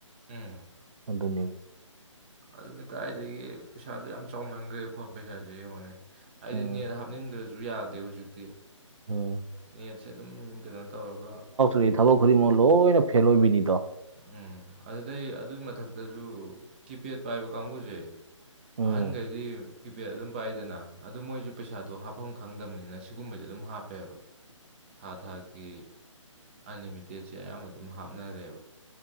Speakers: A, on the right; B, on the right.
A: ꯎꯝ
B: ꯑꯗꯨꯅꯤ
A: ꯑꯗꯨꯅꯤ ꯀꯥꯏꯗꯒꯤ ꯄꯩꯁꯥꯗꯣ ꯌꯥꯝ ꯆꯥꯎꯃꯟꯈ꯭ꯔꯦ ꯐꯣꯟ ꯄꯩꯁꯥꯥꯁꯦ ꯌꯦꯡꯉꯣꯅꯦ ꯍꯥꯏꯗꯤ
B: ꯎꯝ
A: ꯅꯦꯠ ꯍꯥꯞꯅꯤꯡꯗ꯭ꯔꯁꯨ ꯌꯥꯗꯦ ꯍꯧꯖꯤꯛꯇꯤ
B: ꯎꯝ
A: ꯅꯦꯠꯁꯦ ꯑꯗꯨꯝ ꯀꯩꯅꯣ ꯇꯧꯔꯒ
B: ꯔꯤ ꯊꯕ ꯈꯔꯤ ꯃꯣꯏ ꯂꯣꯏꯅ ꯐꯦꯜ ꯑꯣꯏꯅꯤ ꯇꯣ
A: ꯎꯝ ꯑꯗꯨꯗꯩ ꯑꯗꯨꯏ ꯃꯊꯛꯇꯁꯨ ꯀꯤꯄꯦꯗ ꯄꯥꯏꯕ ꯀꯥꯡꯕꯨꯁꯦ
B: ꯎꯝ
A: ꯑꯍꯟꯈꯩꯗꯤ ꯀꯤꯄꯦꯗ ꯑꯗꯨꯝ ꯄꯥꯏꯗꯅ ꯑꯗꯨ ꯃꯣꯏꯁꯨ ꯄꯩꯁꯥꯗꯣ ꯍꯥꯞꯐꯝ ꯈꯪꯗꯝꯕꯅꯤꯅ ꯁꯤꯒꯨꯝꯕꯁꯦ ꯑꯗꯨꯝ ꯍꯥꯞꯄꯦꯕ ꯊꯥ ꯊꯥꯀꯤ ꯑꯟꯂꯤꯃꯤꯇꯦꯠꯁꯦ ꯑꯌꯥꯝꯕ ꯑꯗꯨꯝ ꯍꯥꯞꯅꯔꯦꯕ